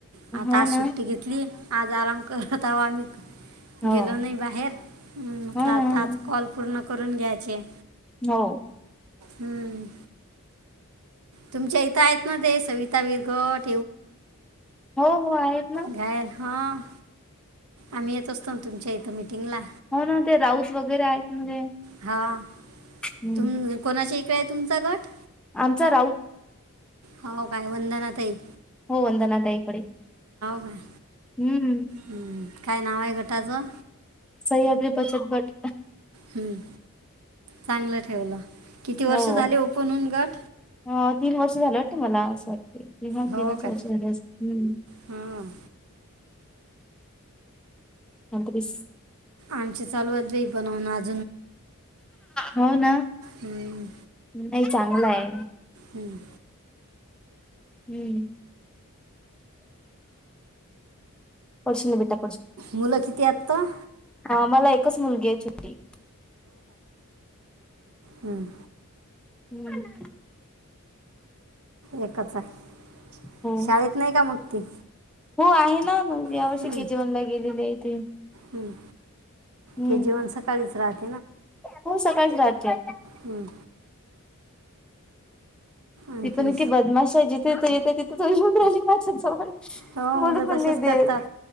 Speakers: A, on the right (about 85°); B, in the centre.
A: आता
B: हो
A: आज
B: ना
A: सुट्टी घेतली आज आराम करत आव आम्ही.
B: हो
A: गेलो नाही बाहेर म्हटलं
B: हो
A: आता
B: ना हो
A: आज
B: ना
A: कॉल पूर्ण करून घ्यायचे.
B: हो.
A: हम्म. तुमच्या इथं आहेत ना ते सविता बिरकोट.
B: हो हो आहेत ना.
A: घायल हां. आम्ही येत असतो ना तुमच्या इथ मिटिंगला
B: हो ना ते राऊत वगैरे आहेत ना ते
A: हा.
B: हम्म
A: तुम कोणाच्या इकडे आहे तुमचा गट.
B: आमचा राऊत.
A: हो काय वंदना ताई आहे.
B: हो वंदणा तई कडे
A: काय
B: हम्म.
A: हम्म काय नाव आहे गटाचं.
B: सह्याद्री बचत गट‌.
A: हम्म. चांगलं ठेवलं किती वर्ष
B: हो
A: झाले ओपनहून गट.
B: अ तीन वर्ष झालं वाटत मला असं वाटते कि हा
A: हो
B: तीनच
A: काय
B: वर्ष झाले अस हम्.
A: हां
B: शांत बैस.
A: आमची चालू आहेत ब बनवूनज.
B: हो ना
A: हम्म,
B: नाही चांगलं आहे.
A: हम्म.
B: हम्म. पडशील ना बेटा.
A: मुलं किती आहेत तर
B: अ मला एकच मुलगी आहे छोटी.
A: हम्म.
B: हम्म.
A: एकच आहे
B: हो
A: शाळेत नाही का मग ती.
B: हो आहे ना या
A: हम्म,
B: वर्षी के जी वनला गेलेले आहे ती.
A: हम्म.
B: हम्म
A: के जीवान सकाळीच राहत.
B: हो सकाळीच राहते.
A: हं, आणखीन
B: ती पण की बदमाशा जिथेथ येत तिथे त येऊन राहिली माझ्या जवळ
A: हो
B: बोलू
A: मुलं
B: पण
A: तसेच
B: नाही.
A: करतात.
B: देत